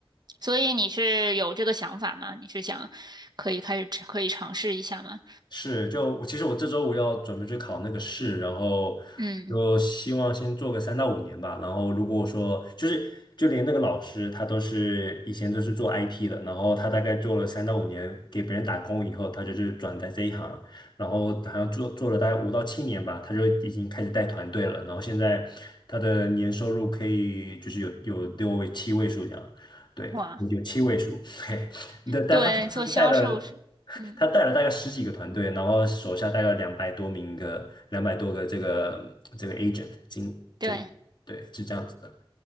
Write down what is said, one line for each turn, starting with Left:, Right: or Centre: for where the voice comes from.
Right: 所以你是有这个想法吗？你是想可以开始可以尝试一下吗？
Left: 是，就我其实我这周五要准备去考那个试，然后就希望先做个三到五年吧。
Right: 嗯，
Left: 然后如果说就是就连那个老师他都是以前都是做 IT 的，然后他大概做了三到五年给别人打工以后，他就是转在这一行，然后好像做做了大概五到七年吧，他就已经开始带团队了。然后现在他的年收入可以就是有有六位七位数这样，对，
Right: 哇，
Left: 有七位数。<laughs> 对，但他他带了
Right: 对，做销售是，嗯，
Left: 他带了大概十几个团队，然后手下大概两百多名个两百多个这个这个 agent 经这个对是这样子的。
Right: 对。